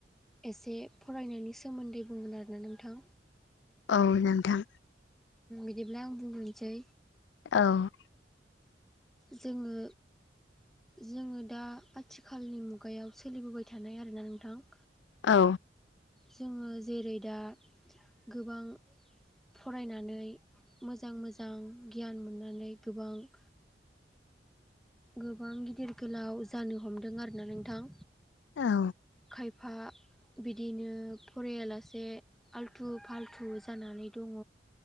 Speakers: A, in the centre; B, on the left.
A: एसे फरायनायनि सोमोन्दै बुंगोन आरोना नोंथां।
B: औ नोंथां
A: बिदिब्ला आं बुंगोनोसै।
B: औ
A: जोङो जोङो दा आथिखालनि मुगायाव सोलिबोबाय थानाय आरोना नोंथां।
B: औ।
A: जोङो जेरै दा गोबां फरायनानै मोजां मोजां गियान मोनानै गोबां <inaudible> गोबां गिदिर गोलाव जानो हमदों आरोना नोंथां।
B: औ।
A: खायफा बिदिनो फरायालासे आल्थु फाल्थु जानानै दङ